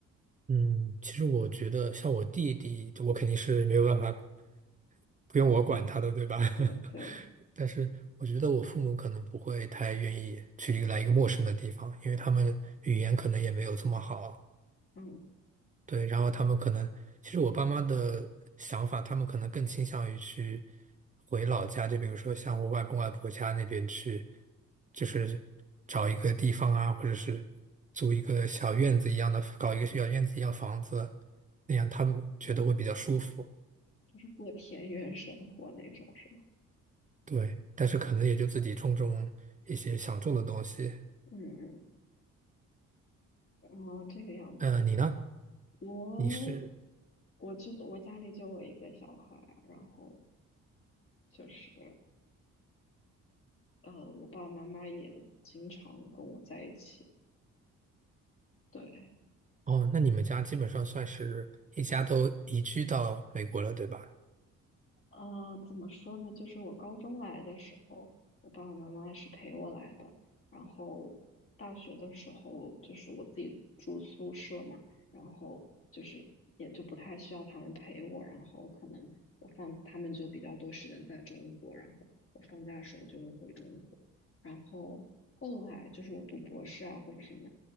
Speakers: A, on the right; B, on the left.
A: 嗯，其实我觉得像我弟弟，我肯定是没有办法，不用我管他的，
B: 对
A: 对吧？
B: 对对。
A: <laughs> 但是我觉得我父母可能不会太愿意去一个来一个陌生的地方，因为他们语言可能也没有这么好。
B: 嗯，
A: 对，然后他们可能，其实我爸妈的想法，他们可能更倾向于去回老家，就比如说像我外公外婆家那边去，就是找一个地方啊，或者是租一个小院子一样的，搞一个小院子一样房子，那样他们觉得会比较舒服。
B: 就是过田园生活那种是吧？
A: 对，但是可能也就自己种种一些想种的东西。
B: 嗯嗯，哦，这个样子，
A: 呃，你呢？
B: 我
A: 你是，
B: 我就我家里就我一个小孩啊然后就是呃，我爸爸妈妈也经常跟我在一起，对，
A: 哦，那你们家基本上算是一家都移居到美国了，对吧？
B: 呃，怎么说呢？就是我高中来的时候，我爸爸妈妈是陪我来的。然后大学的时候，就是我自己住宿舍嘛，然后就是也就不太需要他们陪我。然后可能我放他们就比较多时间在中国，然后我放假的时候就会回中国。然后后来就是我读博士啊或者什么，